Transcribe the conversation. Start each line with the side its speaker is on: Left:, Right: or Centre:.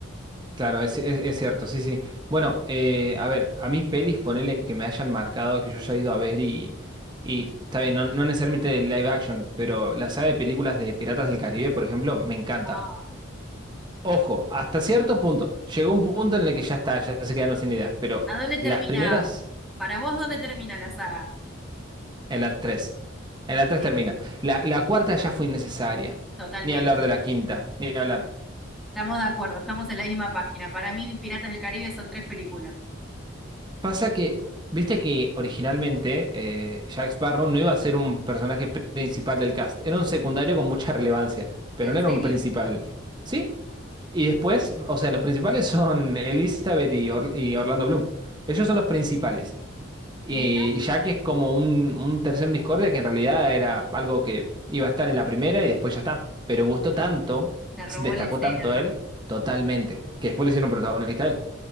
Right: Claro, es, es- es cierto, sí, sí. Bueno, eh, a ver, a mí pelis, ponele que me hayan marcado, que yo haya ido a ver y, y está bien, no, no necesariamente de live action, pero la saga de películas de Piratas del Caribe, por ejemplo, me encanta.
Centre: Ah,
Right: Ojo,
Centre: sí.
Right: hasta cierto punto, llegó un punto en el que ya está, ya se quedaron sin ideas, pero
Centre: ¿A dónde termina?
Right: las primeras,
Centre: Para vos, ¿dónde termina la saga?
Right: en la 3, en la tres
Centre: Sí,
Right: termina. La, la cuarta ya fue innecesaria,
Centre: totalmente.
Right: ni hablar de la quinta, ni hablar.
Centre: Estamos de acuerdo, estamos en la misma página. Para mí, Piratas del Caribe son tres películas.
Right: Pasa que, viste que originalmente eh, Jack Sparrow no iba a ser un personaje pr- principal del cast, era un secundario con mucha relevancia, pero
Centre: ¿En
Right: no
Centre: serio?
Right: era un principal. ¿Sí? Y después, o sea, los principales <laughs> son Elizabeth y, Or- y Orlando Bloom. Ellos son los principales. Y
Centre: Mira,
Right: Jack es como un, un tercero en discordia que en realidad era algo que iba a estar en la primera y después ya está. Pero gustó tanto,
Centre: te robó
Right: se destacó
Centre: la escena.
Right: tanto él, totalmente, que después le hicieron protagonista a él.